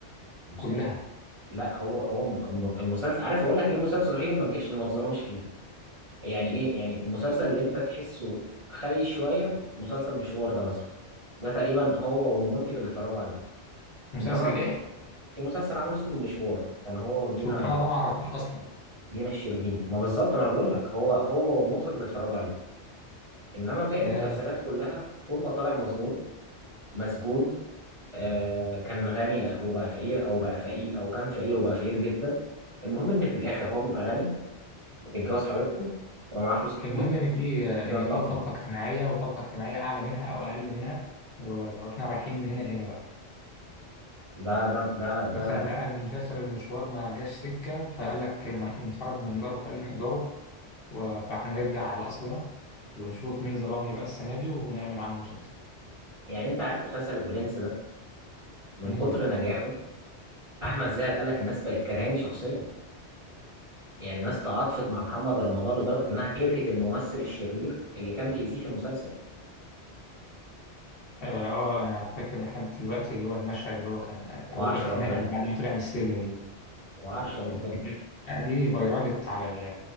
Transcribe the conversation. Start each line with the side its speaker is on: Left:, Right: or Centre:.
Right: مم،
Left: كلها
Right: لا هو هو الم- المسلسل عارف اقول لك ايه المسلسل الوحيد اللي ما نجحش اللي ما اتظلمش فيه يعني ايه يعني المسلسل اللي انت تحسه خايش شويه مسلسل مشوار ده مثلا ده تقريبا هو والمنتج اللي اتفرجوا عليه
Left: مسلسل
Right: انما
Left: إيه
Right: في مسلسل عمله اسمه مشوار كان هو ودينا
Left: سبحان الله ما عرفوش أصلا
Right: دينا الشربيني ما بالظبط ما انا بقول لك هو هو والمخرج اللي اتفرجوا عليه انما باقي
Left: آه،
Right: المسلسلات كلها طول ما طالع مظلوم مسجون آه كان غني وبقى فقير او بقى فقير او كان فقير وبقى فقير جدا المهم ان في الاخر هو بيبقى غني بيتجوز حبيبته ويبقى معاه فلوس كتير
Left: المهم إن في
Right: وبينتقم
Left: إن في طبقة اجتماعية وطبقة اجتماعية أعلى منها أو أقل منها و- وإحنا رايحين من هنا لهنا بقى
Right: ده ده ده
Left: يعني مثلا
Right: ده
Left: لقى ان مسلسل المشوار ما جاش سكه فقال لك من- نخرج من داره تقل مقداره و- فاحنا نرجع لاصلنا ونشوف مين ظلمني بقى السنه دي ونعمل عنه مسلسل
Right: يعني انت عارف مسلسل البرنس ده من
Left: امم
Right: كتر نجاحه احمد زاهر قال لك الناس بقت كرهاني شخصيا يعني ناس تعاطفت مع محمد رمضان لدرجه انها كرهت الممثل الشرير اللي كان بيأذيه في المسلسل
Left: اه آه، انا فاكر لحد دلوقتي اللي هو المشهد اللي هو كان
Right: وعرش
Left: او الخناقه
Right: ربنا
Left: اللي بعد ما طلع من السجن دي
Right: وعرش ربنا
Left: الخناقه دي فيرالت على ال